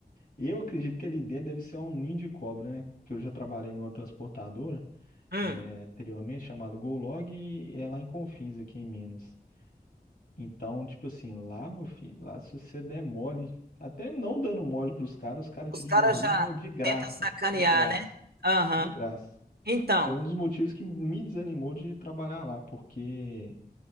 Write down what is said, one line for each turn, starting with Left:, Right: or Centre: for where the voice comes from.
Left: eu acredito que ali dentro deve ser um ninho de cobra, né? Porque eu já trabalhei numa transportadora
Right: Hum,
Left: é, anteriormente chamada Golog e é lá em Confins, aqui em Minas. Então, tipo assim, lá, meu filho, lá se você der mole, até não dando mole pros caras, os caras
Right: os
Left: te derrubam
Right: caras já
Left: de graça,
Right: tentam sacanear,
Left: de graça,
Right: né? Aham.
Left: de graça.
Right: Então.
Left: Foi um dos motivos que me desanimou de trabalhar lá, porque